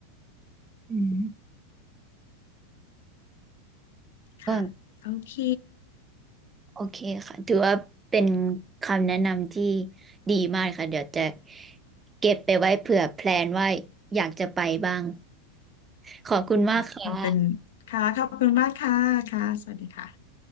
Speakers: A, on the right (about 20°); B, on the left (about 60°).
A: อืมว่า
B: ค่ะโอเค
A: โอเคค่ะถือว่าเป็นคำแนะนำที่ดีมากค่ะเดี๋ยวจะเก็บไปไว้เผื่อแพลนว่าอยากจะไปบ้าง <laughs> ขอบคุณมากค่ะ
B: ค่ะคือเป็นค่ะขอบคุณมากค่ะค่ะสวัสดีค่ะ